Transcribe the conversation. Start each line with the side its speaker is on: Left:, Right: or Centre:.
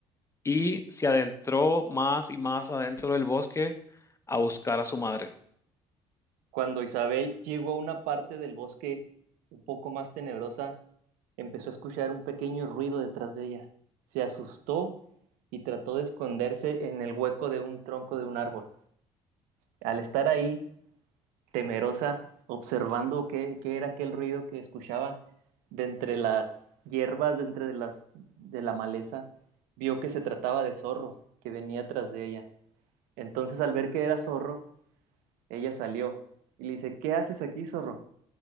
Left: y se adentró más y más adentro del bosque a buscar a su madre.
Right: Cuando Isabel llegó a una parte del bosque un poco más tenebrosa, empezó a escuchar un pequeño ruido detrás de ella. Se asustó y trató de esconderse en el hueco de un tronco de un árbol. Al estar ahí, temerosa, observando qué, qué era aquel ruido que escuchaba de entre las hierbas, de entre las, de la maleza, vio que se trataba de zorro que venía tras de ella. Entonces, al ver que era zorro, ella salió y le dice, ¿qué haces aquí, zorro?